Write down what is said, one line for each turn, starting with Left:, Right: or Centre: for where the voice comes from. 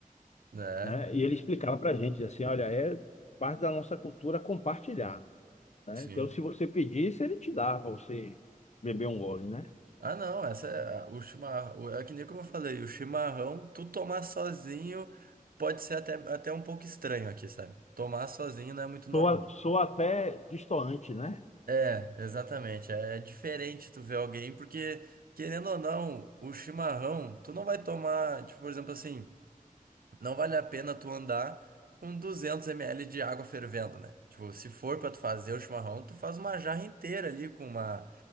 Right: É.
Left: né? E ele explicava para a gente assim, olha, é parte da nossa cultura compartilhar, né?
Right: Sim.
Left: Então, se você pedisse, ele te dava para você beber um gole, né?
Right: Ah, não, essa é o chimarrão. É que nem como eu falei, o chimarrão, tu tomar sozinho pode ser até, até um pouco estranho aqui, sabe? Tomar sozinho não é muito normal.
Left: Soa, soa até destoante, né?
Right: É, exatamente. É diferente tu ver alguém, porque, querendo ou não, o chimarrão, tu não vai tomar, tipo, por exemplo, assim. Não vale a pena tu andar com duzentos ml de água fervendo, né? Tipo, se for pra tu fazer o chimarrão, tu faz uma jarra inteira ali com uma